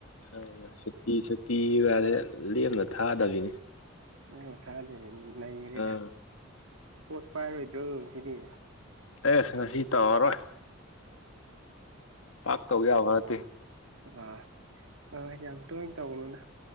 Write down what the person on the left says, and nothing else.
ꯑ ꯁꯨꯇꯤ ꯁꯨꯇꯤꯒꯁꯦ ꯂꯦꯝꯅ ꯊꯥꯗꯕꯤꯅꯤ
ꯑꯥ
ꯑꯦꯁ ꯉꯁꯤ ꯇꯥꯔꯔꯣꯏ ꯄꯥꯛ ꯇꯧ ꯌꯥꯕ ꯅꯠꯇꯦ